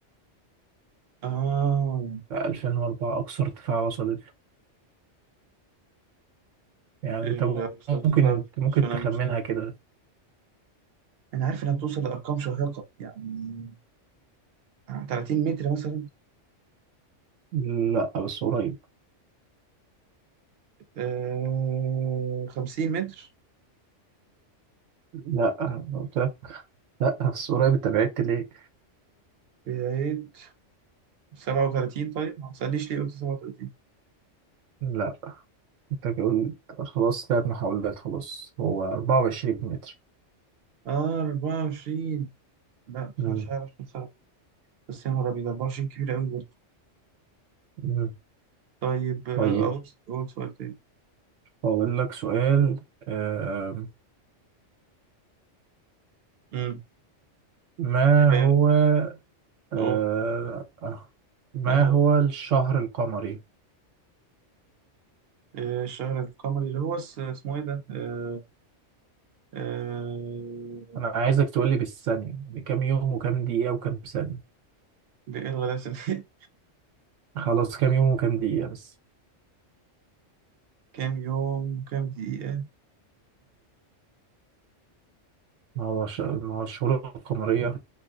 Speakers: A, on the right (about 60°); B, on the right (about 85°).
A: <laughs> اه
B: 2004 أقصى ارتفاع وصلت يعني
A: إيه،
B: انت ممكن
A: ارتفاع
B: ممكن
A: التسونامي
B: تخمنها
A: وصلت
B: كده
A: انا عارف انها بتوصل لارقام شاهقة يعني 30 متر مثلا
B: لا بس قريب
A: آه... 50 متر
B: لا أنا قلت لك لا بس قريب انت بعدت ليه
A: بعيد 37 طيب ما تسألنيش ليه قلت 37
B: لا انت قلت خلاص ثلاث محاولات خلاص هو 24 متر
A: آه 24 لا
B: مم.
A: مش عارف كم سنة بس يا نهار أبيض 24 كبير أوي برضه
B: مم.
A: طيب آه،
B: طيب
A: أقول أقول سؤال تاني
B: أقول لك سؤال آم،
A: أمم
B: ما
A: حاجة
B: هو آه،
A: أهو
B: آه، ما
A: ما هو
B: هو الشهر القمري؟
A: آه، الشهر القمري اللي هو اس- اسمه إيه ده؟ آه... آه...
B: أنا عايزك تقول لي بالثانية بكام يوم وكام دقيقة وكام ثانية
A: ده إيه الغلاسة دي؟
B: خلاص كام يوم وكام دقيقة بس
A: <laughs> كام يوم وكام دقيقة؟
B: ما هو ش... ما هو الشهور القمرية